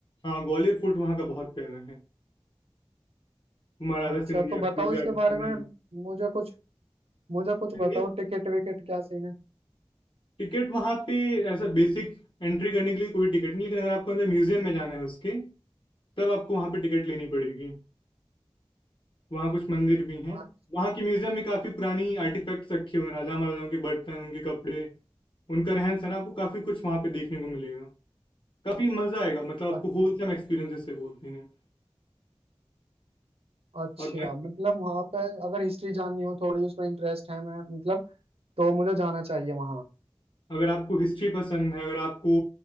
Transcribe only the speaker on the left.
हाँ ग्वालियर फूट वहाँ का बहुत प्यारा है महाराजा
सिंधिया
युद्धराज
सिंधिया
जी
टिकट वहाँ पे ऐसा बेसिक एंट्री करने के लिए कोई टिकट नहीं लेकिन अगर आपको अंदर म्यूजियम में जाना है उसके तब आपको वहाँ पे टिकट लेनी पड़ेगी वहाँ कुछ मंदिर भी हैं
वहाँ के म्यूजियम में काफी पुरानी आर्टिफैक्ट्स रखे हुए हैं राजा महाराजाओं के बर्तन उनके कपड़े उनका रहन सहन आपको काफी कुछ वहाँ पे देखने को मिलेगा काफ़ी मज़ा आएगा मतलब
आपको होलसम एक्सपीरियंस जिसे बोलते हैं
और मैं-
अगर आपको हिस्ट्री पसंद है अगर आपको